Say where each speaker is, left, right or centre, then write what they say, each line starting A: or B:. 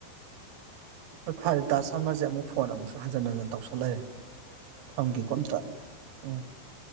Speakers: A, on the right; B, on the right.
A: ꯍꯣꯏ
B: ꯐꯔꯦꯁꯨ
A: ꯐꯔꯦ
B: ꯅꯨꯡꯉꯥꯏ
A: ꯗꯥꯁ ꯁꯔꯃꯁꯦ
B: ꯐꯔꯦ
A: ꯑꯃꯨꯛ ꯐꯣꯟ ꯑꯃꯨꯛꯁꯨ ꯍꯟꯖꯤꯟ ꯍꯟꯖꯤꯟ ꯇꯧꯁꯜꯂꯛꯑꯦ
B: ꯐꯔꯦ
A: ꯐꯝꯒꯦꯀꯣ
B: ꯐꯔꯦ ꯊꯝꯃꯦ
A: ꯑꯝꯇ
B: ꯊꯝꯃꯦ
A: <unintelligible>